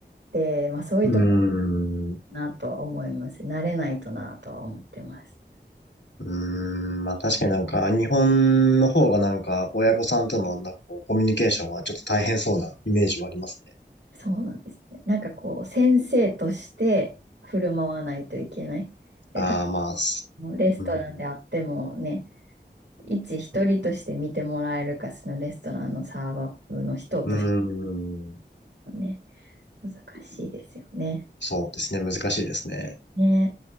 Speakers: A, on the right; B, on the left.
A: て、まあそういうところか
B: うーん。
A: なとは思います。慣れないとなとは思ってます。
B: うーん、まあ確かになんか、日本の方がなんか、親御さんとのなんかこう、コミュニケーションはちょっと大変そうなイメージはありますね。
A: そうなんですね。なんかこう、先生として振る舞わないといけない。で、
B: ああ、
A: 多
B: まあ、す
A: 分レストランであってもね、
B: うん、
A: 一一人として見てもらえるか、そのレストランのサーバーの人として
B: うーん、
A: はね、難しいですよね。
B: そうですね、難しいですね。
A: ね。